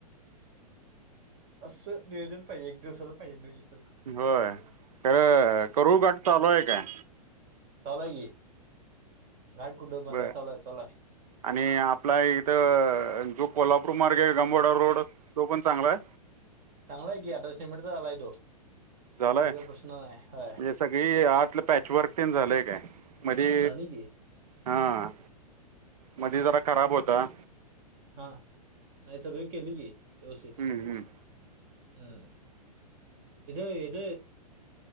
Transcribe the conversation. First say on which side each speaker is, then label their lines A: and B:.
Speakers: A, on the right; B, on the right.
A: असं नियोजन पाहिजे एक दिवसाच पाहिजे नियोजन त्याला.
B: होय खर करू गठ चालू आहे काय?
A: चलाय की घाट कुठ बंदा
B: बरं
A: चलाय चलाय.
B: आणि आपला इथं जो कोल्हापूर मार्ग आहे गमभोडा रोड तो पण चांगला आहे.
A: चांगलाय की आता सिमेंटच झालाय तो.
B: झालाय
A: यो काय प्रश्न नाही. हय
B: म्हणजे सगळी आतलं पॅच वर्क ते झालंय काय मधी
A: झाली की
B: हा मध्ये जरा खराब होता.
A: हा नाही सगळी केली की व्यवस्थित.
B: हम्म हम्म
A: हम् इथ इथ